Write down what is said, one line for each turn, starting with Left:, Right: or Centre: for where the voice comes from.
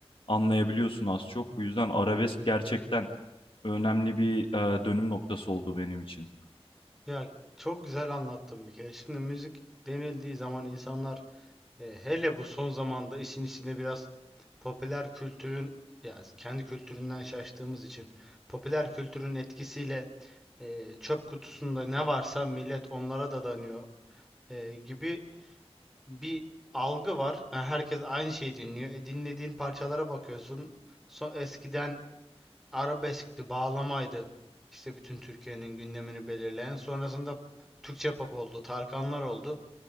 Left: anlayabiliyorsun az çok. Bu yüzden arabesk gerçekten önemli bir e, dönüm noktası oldu benim için.
Centre: Ya çok güzel anlattım bir kere. Şimdi müzik denildiği zaman insanlar e, hele bu son zamanda işin içinde biraz popüler kültürün ya kendi kültüründen şaştığımız için popüler kültürün etkisiyle e, çöp kutusunda ne varsa millet onlara dadanıyor. e, gibi bir algı var. Yani herkes aynı şeyi dinliyor. E, dinlediğin parçalara bakıyorsun. So- eskiden arabeskti, bağlamaydı. İşte bütün Türkiye'nin gündemini belirleyen. Sonrasında Türkçe pop oldu, Tarkanlar oldu.